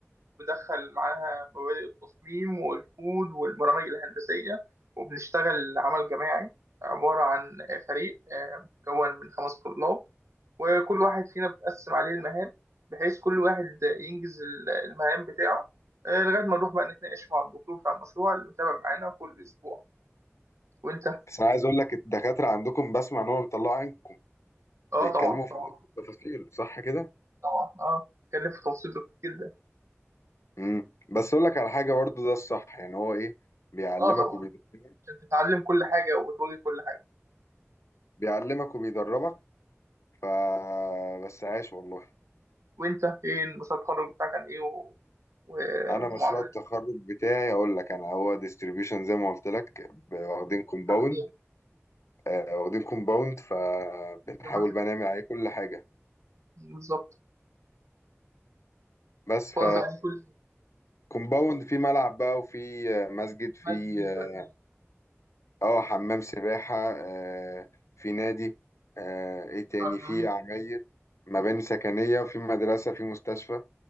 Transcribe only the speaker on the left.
بس انا عايز اقول لك الدكاترة عندكم بسمع ان هم بيطلعوا عينكم
بيتكلموا
في
التفاصيل صح كده
امم بس اقول لك على حاجة برضو ده الصح يعني هو ايه بيعلمك
وبيدربك
بيعلمك وبيدربك ف بس عاش والله
انا
مشروع التخرج بتاعي اقول لك انا هو ديستريبيوشن زي ما قلت لك ب- واخدين كومباوند
واخدين كومباوند فبنحاول
بقى نعمل عليه كل حاجه
بس
ف
كومباوند فيه ملعب بقى وفي آه، مسجد في
اه اه، حمام سباحه آه، في نادي آه، ايه تاني
في عماير مباني سكنيه وفي مدرسه في مستشفى